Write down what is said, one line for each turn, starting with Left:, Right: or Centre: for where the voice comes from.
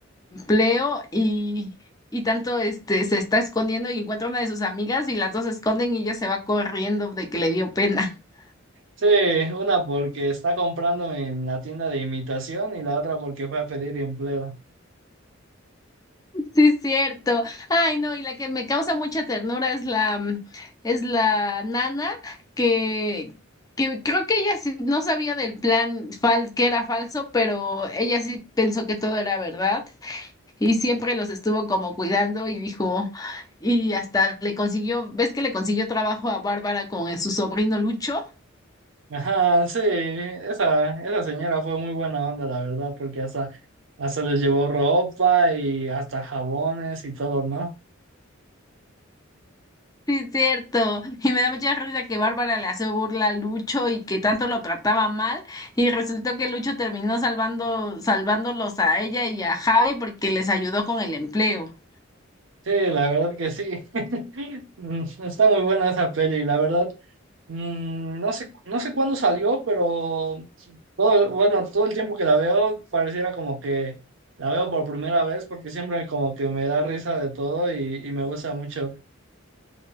Left: Leo y, y tanto este se está escondiendo y encuentra una de sus amigas y las dos se esconden y ella se va corriendo de que le dio pena. <laughs>
Right: Sí, una porque está comprando en la tienda de imitación y la otra porque fue a pedir empleo.
Left: Sí, es cierto. Ay, no, y la que me causa mucha ternura es la mm, es la nana que que creo que ella sí no sabía del plan fal que era falso, pero ella sí pensó que todo era verdad y siempre los estuvo como cuidando y dijo y hasta le consiguió, ¿ves que le consiguió trabajo a Bárbara con su sobrino Lucho?
Right: Ajá, sí, esa, esa señora fue muy buena onda, la verdad, porque hasta, hasta les llevó ropa y hasta jabones y todo, ¿no?
Left: Sí, es cierto. Y me da mucha risa que Bárbara le hace burla a Lucho y que tanto lo trataba mal. Y resultó que Lucho terminó salvando, salvándolos a ella y a Javi porque les ayudó con el empleo.
Right: Sí, la verdad que sí. <laughs> Mm, Está muy buena esa peli, la verdad. Mm, no sé, no sé cuándo salió, pero todo, el- bueno, todo el tiempo que la veo pareciera como que la veo por primera vez porque siempre como que me da risa de todo y, y me gusta mucho.